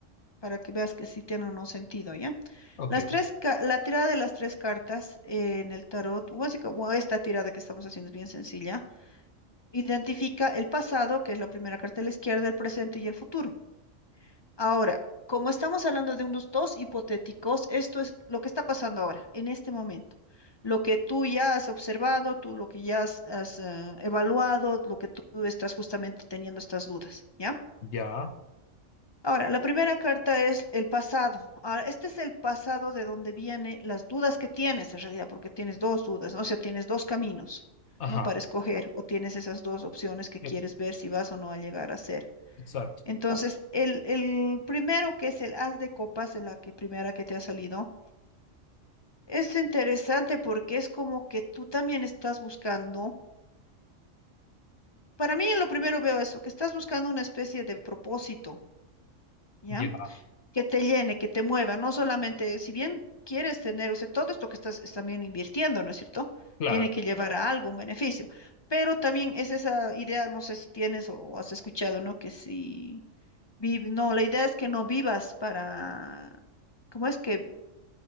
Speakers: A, on the left; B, on the left.
A: para que veas que sí tiene o no sentido, ¿ya?
B: Ok,
A: Las tres, ca- la tirada de las tres cartas eh, en el tarot, o así como esta tirada que estamos haciendo es bien sencilla, identifica el pasado, que es la primera carta de la izquierda, el presente y el futuro. Ahora, como estamos hablando de unos dos hipotéticos, esto es lo que está pasando ahora, en este momento. Lo que tú ya has observado, tú lo que ya has, has, eh, evaluado, lo que tú estás justamente teniendo estas dudas, ¿ya?
B: ya,
A: Ahora, la primera carta es el pasado. Ahora, este es el pasado de donde vienen las dudas que tienes en realidad, porque tienes dos dudas, ¿no? O sea, tienes dos caminos,
B: ajá,
A: ¿no? Para escoger, o tienes esas dos opciones que
B: e-
A: quieres ver si vas o no a llegar a ser.
B: exacto,
A: Entonces, el, el primero que es el as de copas, es la que primera que te ha salido, es interesante porque es como que tú también estás buscando, para mí en lo primero veo eso, que estás buscando una especie de propósito, ¿ya?
B: ya,
A: que te llene, que te mueva, no solamente, si bien quieres tener, o sea, todo esto que estás es también invirtiendo, ¿no es cierto?
B: claro.
A: Tiene que llevar a algo, un beneficio, pero también es esa idea, no sé si tienes o, o has escuchado, ¿no? Que si vive, no, la idea es que no vivas para, ¿cómo es que